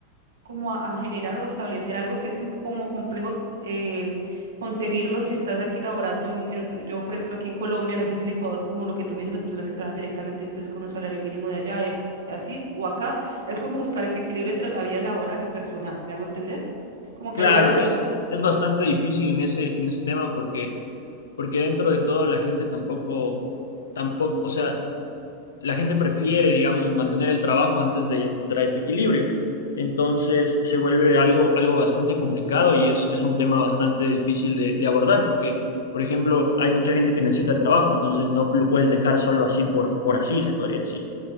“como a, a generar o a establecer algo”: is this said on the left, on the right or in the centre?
Right